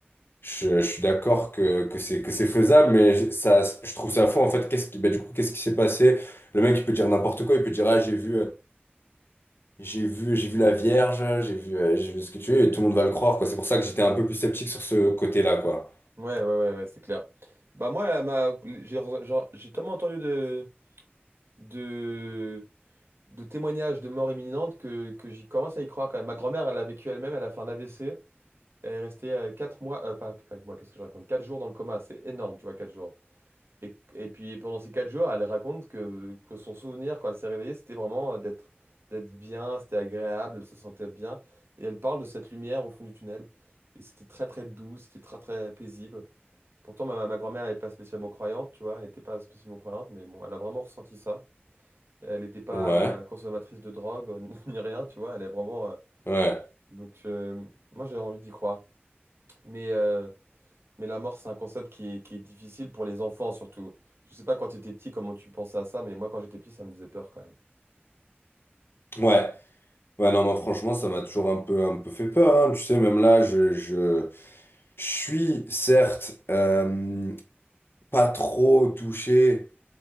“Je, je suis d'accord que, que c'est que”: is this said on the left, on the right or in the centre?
Left